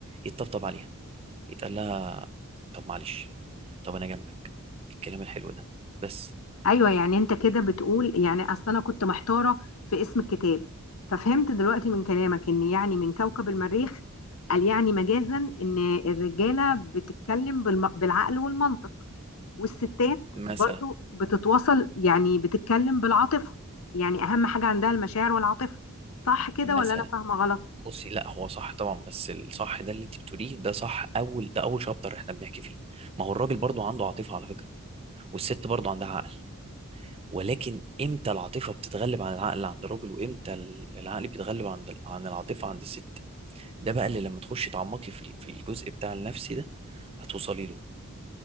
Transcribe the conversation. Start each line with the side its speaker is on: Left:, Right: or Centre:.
Right: يتطبطب عليها يتقال لها طب معلش طب انا جنبك الكلام الحلو ده بس
Left: ايوه يعني انت كده بتقول يعني اصل انا كنت محتاره في اسم الكتاب ففهمت دلوقتي من كلامك ان يعني من كوكب المريخ قال يعني مجازا ان الرجاله بتتكلم بالم- بالعقل والمنطق والستات
Right: مثلا
Left: برضو بتتواصل يعني بتتكلم بالعاطفه يعني اهم حاجه عندها المشاعر والعاطفه صح كده
Right: مثلا
Left: ولا انا فاهمه غلط
Right: بصي لا هو صح طبعا بس الصح ده اللي انت بتقوليه ده صح اول ده اول شابتر احنا بنحكي فيه ما هو الراجل برضو عنده عاطفه على فكره والست برضو عندها عقل ولكن امتى العاطفه بتتغلب عن العقل عند الراجل وامتى ال- العقل بيتغلب عن عن العاطفه عند الست ده بقى اللي لما تخشي تعمقي في ال- في الجزء بتاع النفسي ده هتوصلي له